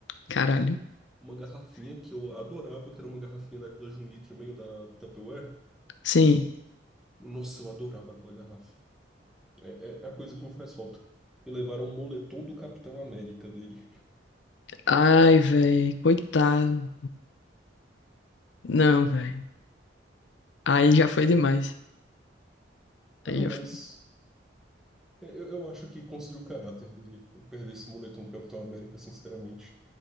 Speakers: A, on the left; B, in the centre.
A: caralho.
B: Uma garrafinha que eu adorava, que era uma garrafinha daquela de um litro e meio da Tupperware.
A: Sim.
B: Nossa, eu adorava aquela garrafa. É, é é a coisa que me faz falta. E levaram um moletom do Capitão América dele.
A: Ai, velho, coitado. Não, velho. Aí já
B: Pois
A: foi
B: é.
A: demais. Aí
B: Ah, não,
A: já
B: mas
A: foi.
B: eu, eu acho que construiu o caráter dele. Eu perder esse moletom do Capitão América, sinceramente.